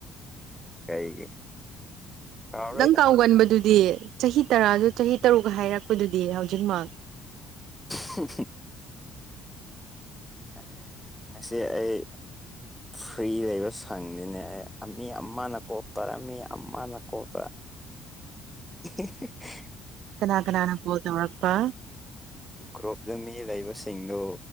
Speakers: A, in the centre; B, on the right.
A: ꯀꯩꯒꯤ꯫ ꯀꯥꯎꯔꯣꯏꯗ
B: ꯅꯪ ꯀꯥꯎꯒꯟꯕꯗꯨꯗꯤ ꯆꯍꯤ ꯇꯔꯥꯗꯨ ꯆꯍꯤ ꯇꯔꯨꯛꯀ ꯍꯥꯏꯔꯛꯄꯗꯨꯗꯤ ꯍꯧꯖꯤꯛꯃꯛ
A: <unintelligible> ꯑ ꯉꯁꯤ ꯑꯩꯥ ꯐ꯭ꯔꯤ ꯂꯩꯕ ꯁꯪꯅꯤꯅꯦ ꯑꯩ ꯃꯤ ꯑꯃꯅ ꯀꯣꯛꯇꯔ ꯃꯤ ꯑꯃꯅ ꯀꯣꯛꯇꯔ <unintelligible>
B: ꯀꯅꯥ ꯀꯅꯥꯅ ꯀꫭꯜ ꯇꯧꯔꯛꯄ
A: ꯒ꯭ꯔꯨꯞꯇ ꯃꯤ ꯂꯩꯕꯁꯤꯡꯗꯨ